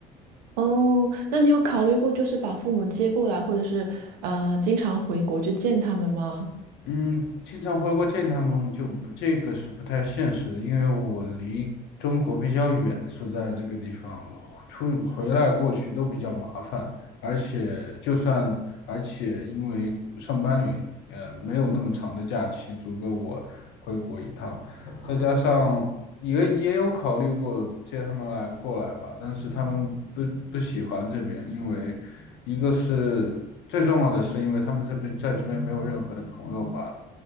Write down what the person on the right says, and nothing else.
哦，那你有考虑过就是把父母接过来，或者是呃经常回国去见他们吗？